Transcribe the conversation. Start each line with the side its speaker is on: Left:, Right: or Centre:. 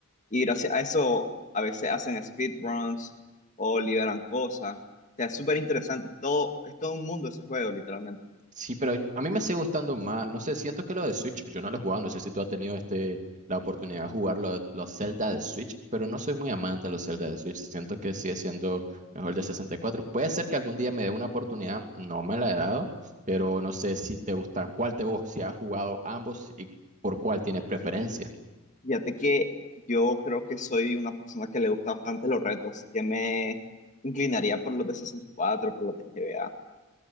Left: Y gracias a eso a veces hacen speedruns o liberan cosas. O sea, es súper interesante. Es todo, es todo un mundo ese juego, literalmente.
Right: Sí, pero a mí me sigue gustando más. No sé, siento que lo de Switch, yo no lo he jugado. No sé si tú has tenido este, la oportunidad de jugar lo- los Zelda de Switch, pero no soy muy amante de los Zelda de Switch. Siento que sigue siendo mejor el de 64. Puede ser que algún día me dé una oportunidad, no me la he dado, pero no sé si te gusta cuál te gusta, si has jugado ambos y por cuál tienes preferencia.
Left: Fíjate que yo creo que soy una persona que le gusta bastante los retos, así que me inclinaría por los de sesenta y cuatro por los de GBA.